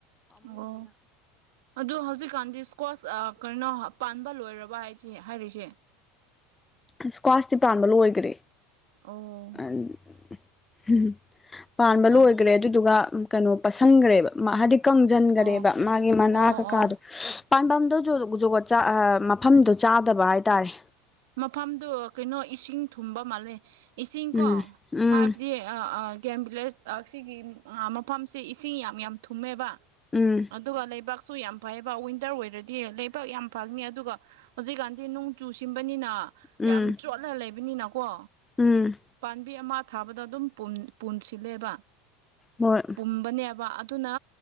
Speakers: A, on the right (about 65°); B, on the left (about 15°).
A: ꯑꯣ ꯑꯗꯣ ꯍꯧꯖꯤꯛꯀꯥꯟꯗꯤ ꯁ꯭ꯀ꯭ꯋꯥꯁ ꯀꯩꯅꯣ ꯄꯥꯟꯕ ꯂꯣꯏꯔꯕ ꯍꯥꯏꯁ ꯍꯥꯏꯔꯤꯁꯦ
B: ꯏꯁ꯭ꯀ꯭ꯋꯥꯁꯇꯤ ꯄꯥꯟꯕ ꯂꯣꯏꯈꯔꯦ
A: ꯑꯥꯎ
B: ꯎꯝ ꯍꯨꯝ ꯄꯥꯟꯕ ꯑꯣꯏꯒ꯭ꯔꯦ
A: ꯑ
B: ꯑꯗꯨꯗꯨꯒ ꯀꯩꯅꯣ ꯄꯁꯟꯈ꯭ꯔꯦꯕ ꯍꯥꯏꯗꯤ ꯀꯪꯁꯤꯟꯈꯔꯦꯕ
A: ꯑꯣ
B: ꯃꯥꯒꯤ ꯃꯅꯥ
A: ꯑꯣ
B: ꯀꯀꯥꯗꯣ
A: ꯑꯣ
B: ꯄꯥꯟꯗꯝꯗꯣ ꯖꯒꯠ ꯃꯐꯝꯗꯣ ꯆꯥꯗꯕ ꯍꯥꯏꯇꯥꯔꯦ
A: ꯃꯐꯝꯗꯨ ꯀꯩꯅꯣ ꯏꯁꯤꯡ ꯊꯨꯝꯕ ꯃꯥꯜꯂꯦ ꯏꯁꯤꯡꯀꯣ
B: ꯎꯝ ꯎꯝ
A: ꯍꯥꯏꯕꯗꯤ ꯑ ꯑ ꯒꯦꯝ ꯚꯤꯂꯦꯖ ꯑ ꯑ ꯁꯤꯒꯤ ꯃꯐꯝꯁꯤ ꯏꯁꯤꯡ ꯌꯥꯝ ꯌꯥꯝ ꯊꯨꯝꯃꯦꯕ
B: ꯎꯝ
A: ꯑꯗꯨꯒ ꯂꯩꯕꯥꯛꯁꯨ ꯌꯥꯝ ꯐꯩꯌꯦꯕ ꯋꯤꯟꯇꯔ ꯑꯣꯏꯔꯗꯤ ꯂꯩꯕꯥꯛ ꯌꯥꯝ ꯐꯅꯤ ꯑꯗꯨꯒ ꯍꯧꯖꯤꯛꯀꯥꯟꯗꯤ ꯅꯣꯡ ꯆꯨ ꯁꯤꯕꯅꯤꯅ
B: ꯎꯝ
A: ꯌꯥꯝ ꯆꯣꯠꯂ ꯂꯩꯕꯅꯤꯅꯀꯣ
B: ꯎꯝ
A: ꯄꯥꯝꯕꯤ ꯑꯃ ꯊꯥꯕꯗ ꯑꯗꯨꯝ ꯄꯨꯟ ꯄꯨꯟꯁꯤꯜꯂꯦꯕ
B: ꯍꯣꯏ
A: ꯄꯨꯝꯕꯅꯦꯕ ꯑꯗꯨꯅ